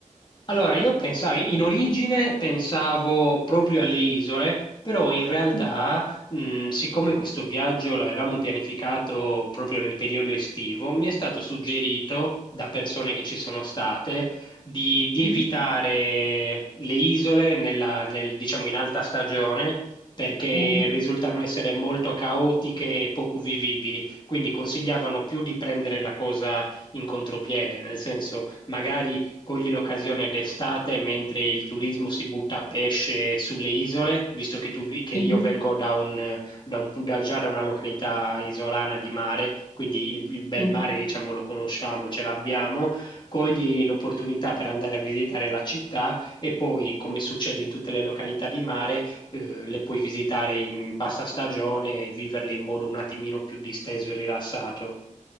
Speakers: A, on the left; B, on the left.
A: Allora, io pensavo, in origine pensavo proprio alle isole, però in realtà,
B: Mhm,
A: mh, siccome questo viaggio l'avevamo pianificato proprio nel periodo estivo, mi è stato suggerito da persone che ci sono state di, di
B: mhm.
A: evitare le isole nella- nel- diciamo in alta stagione perché
B: Mhm,
A: risultano essere molto caotiche e poco vivibili, quindi consigliavano più di prendere la cosa in contropiede, nel senso magari Coglie l'occasione d'estate mentre il turismo si butta a pesce sulle isole, visto che, tu vi- che io
B: mhm,
A: vengo da un, da un- da- già da una località isolana di mare, quindi il, il bel
B: mhm,
A: mare, diciamo, lo conosciamo, ce l'abbiamo. Cogli l'opportunità per andare a visitare la città e poi, come succede in tutte le località di mare, eh, le puoi visitare in bassa stagione e viverle in modo un attimino più disteso e rilassato.